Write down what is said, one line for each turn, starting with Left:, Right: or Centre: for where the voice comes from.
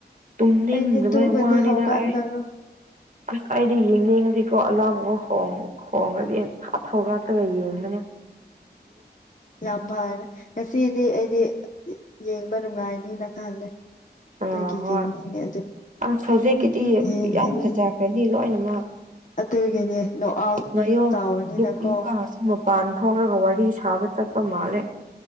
Right: ꯇꯨꯡꯅꯤꯡꯗꯅꯕ
Left: ꯑꯩꯗꯤ ꯇꯨꯝꯃꯗꯤ
Right: ꯋꯥꯅꯤ
Left: ꯍꯧꯒꯠꯂꯔꯣꯏ
Right: ꯂꯥꯛꯑꯦ ꯑꯁ ꯑꯩꯗꯤ ꯌꯦꯡꯅꯤꯡꯉꯗꯤꯀꯣ ꯑꯂꯥꯝꯒ ꯍꯣꯡ ꯍꯣꯡꯉꯒꯦ ꯍꯥꯊꯧꯒ ꯌꯦꯡꯃꯅꯦ
Left: ꯌꯥꯝ ꯐꯔꯅ ꯉꯁꯤꯗꯤ ꯑꯩꯗꯤ ꯌꯦꯡꯕ ꯅꯨꯡꯉꯥꯏ ꯅ ꯈꯜꯂꯦ
Right: ꯑꯥ
Left: ꯑꯗꯨꯒꯤꯒꯤꯅꯦ
Right: ꯍꯣꯏ
Left: ꯑꯗꯨ
Right: ꯑꯁ ꯍꯧꯖꯤꯛꯀꯤꯗꯤ
Left: ꯌꯦꯡꯒꯅꯤꯅ
Right: ꯌꯥꯝ ꯐꯖꯈ꯭ꯔꯅꯤ ꯂꯣꯏꯅꯃꯛ
Left: ꯑꯗꯨꯒꯤꯅꯦ ꯅꯣꯛ ꯑꯥꯎꯠ
Right: ꯉꯥꯏꯌꯣ
Left: ꯇꯥꯎꯕꯅꯤꯅꯀꯣ
Right: ꯂꯨ ꯂꯨꯀ ꯁꯨꯝꯃ ꯄꯥꯟ ꯊꯣꯛꯑꯒ ꯋꯥꯔꯤ ꯁꯥꯕ ꯆꯠꯄ ꯃꯥꯜꯂꯦ